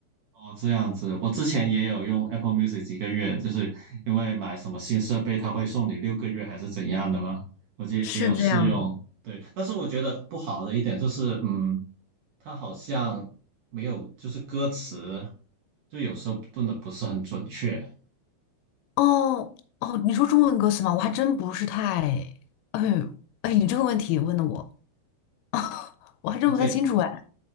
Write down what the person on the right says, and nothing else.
哦，这样子，我之前也有用 Apple Music 几个月，就是因为买什么新设备，它会送你六个月还是怎样的吗？我记得也有试用，
对，但是我觉得不好的一点就是，嗯，它好像没有就是歌词，就有时候炖的不是很准确。
对